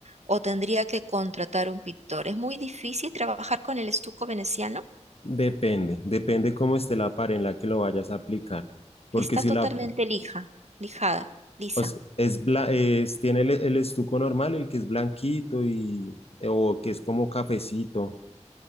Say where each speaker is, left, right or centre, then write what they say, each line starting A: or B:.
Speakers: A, on the right; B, on the left.
A: o tendría que contratar un pintor? ¿Es muy difícil trabajar con el estuco veneciano?
B: Depende, depende cómo esté la pared en la que lo vayas a aplicar, porque
A: Está
B: si
A: totalmente
B: la
A: lija, lijada, lisa.
B: o s- es, bla- es tiene el, el estuco normal, el que es blanquito y o que es como cafecito.